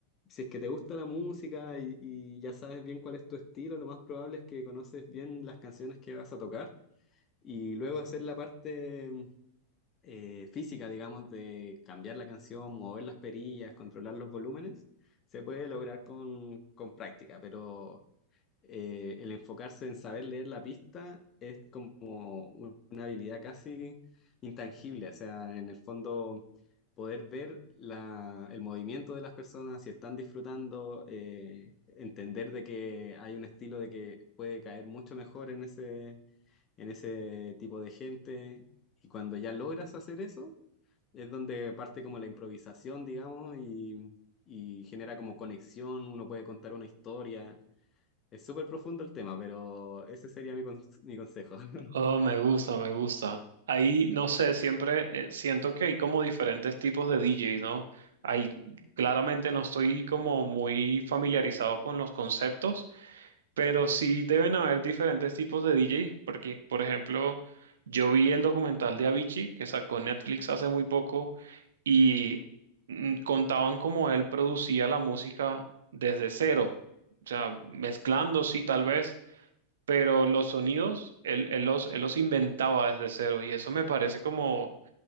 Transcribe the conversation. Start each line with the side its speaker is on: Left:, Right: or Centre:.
Left: si es que te gusta la música y, y ya sabes bien cuál es tu estilo, lo más probable es que conoces bien las canciones que vas a tocar y luego hacer la parte eh, física, digamos, de cambiar la canción, mover las perillas, controlar los volúmenes, se puede lograr con, con práctica, pero eh, el enfocarse en saber leer la pista es como un- una habilidad casi intangible, o sea, en el fondo poder ver la- el movimiento de las personas, si están disfrutando, eh, entender de que hay un estilo de que puede caer mucho mejor en ese, en ese tipo de gente, y cuando ya logras hacer eso, es donde parte como la improvisación, digamos, y... y genera como conexión, uno puede contar una historia, es súper profundo el tema, pero ese sería mi, cons- mi consejo. <laughs>
Right: Oh, me gusta, me gusta. Ahí, no sé, siempre eh, siento que hay como diferentes tipos de DJs, ¿no? Ahí claramente no estoy como muy familiarizado con los conceptos, pero sí deben haber diferentes tipos de DJ, porque, por ejemplo, yo vi el documental de Avicii que sacó Netflix hace muy poco y mm, contaban cómo él producía la música desde cero, o sea, mezclando, sí, tal vez pero los sonidos él, él los, él los inventaba desde cero y eso me parece como,